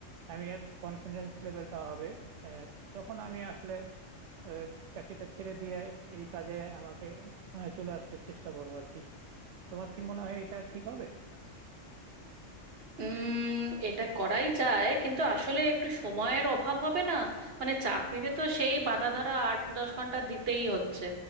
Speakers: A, on the right (about 70°); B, on the right (about 50°).
A: আমি আর কনফিডেন্স লেভেলটা হবে এ, তখন আমি আসলে এ, চাকরিটা ছেড়ে দিয়ে এই কাজে আমাকে এ, চলে আসতে চেষ্টা করবো আর কি তোমার কি মনে হয় এটা ঠিক হবে
B: উম এটা করাই যায় কিন্তু আসলে একটু সময়ের অভাব হবে না মানে চাকরিতে তো সেই বাঁধা ধরা আট দশ ঘন্টা দিতেই হচ্ছে